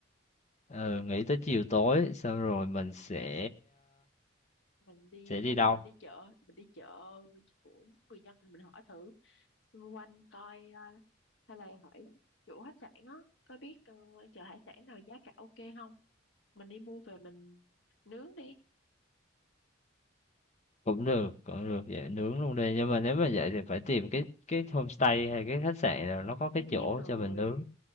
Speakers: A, on the left (about 35°); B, on the left (about 65°).
A: Ừ, nghỉ tới chiều tối xong rồi mình sẽ
B: mình đi
A: Sẽ đi
B: hay
A: đâu?
B: là mình đi chợ mình đi chợ của người dân thì mình hỏi thử xung quanh coi ờ, hay là hỏi chủ khách sạn á có biết ờ, chợ hải sản nào giá cả ok không mình đi mua về mình nướng đi
A: Cũng được, cũng được, vậy nướng luôn đi. Nhưng mà nếu mà vậy thì phải tìm cái cái homestay hay cái khách sạn nào nó có cái
B: em biết
A: chỗ
B: rồi
A: cho mình nướng.